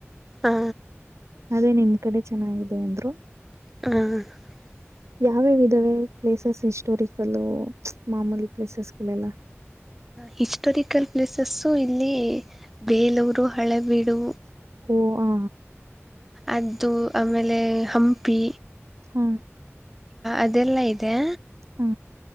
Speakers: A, in the centre; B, on the right.
A: ಹಾ
B: ಅದೇ ನಿಮ್ ಕಡೆ ಚೆನ್ನಾಗಿದೆ ಅಂದ್ರು
A: ಹ
B: ಯಾವ್ಯವ್ ವಿಧವೇ ಪ್ಲೇಸಸ್ ಹಿಸ್ಟೋರಿಕಲ್ಲು ಮಾಮೂಲಿ ಪ್ಲೇಸಸ್ಗಳೆಲ್ಲ
A: ಹಿಸ್ಟೊರಿಕಲ್ ಪ್ಲೇಸಸ್ಸು ಇಲ್ಲಿ ಬೇಲೂರು ಹಳೆಬೀಡು
B: ಹು ಓ ಹಾ
A: ಅದು ಆಮೇಲೆ ಹಂಪಿ
B: ಹಾ
A: ಅದೆಲ್ಲ ಇದೆ
B: ಹ